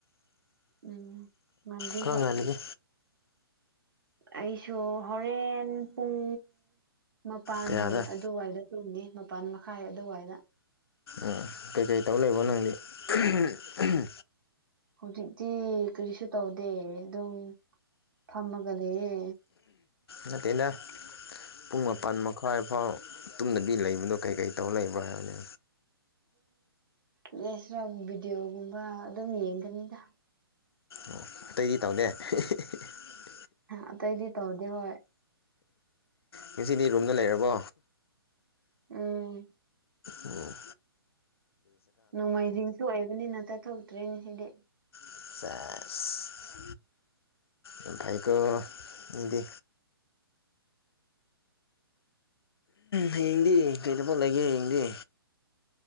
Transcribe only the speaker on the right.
ꯎꯝ ꯉꯜꯂꯤ
ꯍꯣꯏ
ꯑꯩꯁꯨ ꯍꯣꯔꯦꯟ ꯄꯨꯡ ꯃꯄꯥꯟ
ꯑꯗꯨꯋꯥꯏꯗ ꯇꯨꯝꯅꯤ ꯃꯄꯥꯟ ꯃꯈꯥꯏ ꯑꯗꯨꯋꯥꯏꯗ
ꯍꯧꯖꯤꯛꯇꯤ ꯀꯔꯤꯁꯨ ꯇꯧꯗꯦ ꯑꯗꯨꯝ ꯐꯝꯃꯒ ꯂꯩꯌꯦ
ꯎꯝ ꯌꯥꯁꯔ ꯚꯤꯗꯤꯑꯣꯒꯨꯝꯕ ꯑꯗꯨꯝ ꯌꯦꯡꯒꯅꯤꯗ
ꯑꯇꯩꯗꯤ ꯇꯧꯗꯦ ꯍꯣꯏ
ꯎꯝ
ꯅꯣꯡꯃꯥꯏꯖꯤꯡꯁꯨ ꯑꯣꯏꯑꯕꯅꯤꯅ ꯆꯠꯊꯣꯛꯇ꯭ꯔꯤꯅꯦ ꯉꯁꯤꯗꯤ